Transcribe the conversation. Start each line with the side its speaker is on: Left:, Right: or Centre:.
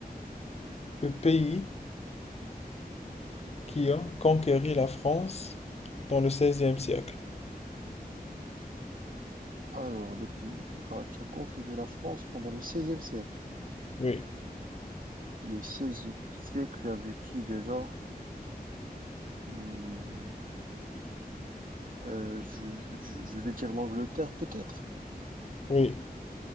Left: le pays qui a conquéri la France dans le 16 siècle?
Right: Alors, le pays qui, a- qui a conquéri la France pendant le 16 siècle.
Left: Oui,
Right: Le 16 siècle, avec qui déjà? Hmm, euh, je, je- je vais dire l'Angleterre, peut-être.
Left: oui,